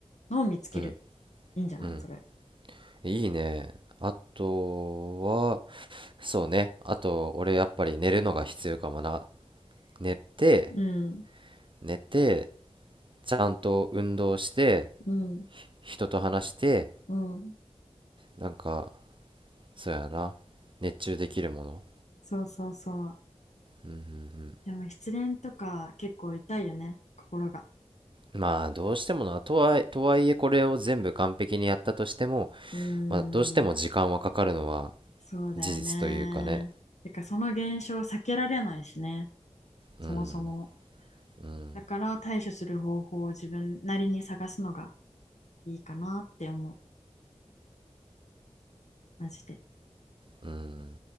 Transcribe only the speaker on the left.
のを見つける。
いいんじゃないそれ。
うん。
うん。
うん。
そうそうそう。
でも失恋とか結構痛いよね、心が。
うーん、
そうだよね。
てかその現象を避けられないしね、そもそも。
だから対処する方法を自分なりに探すのがいいかなって思う、マジで。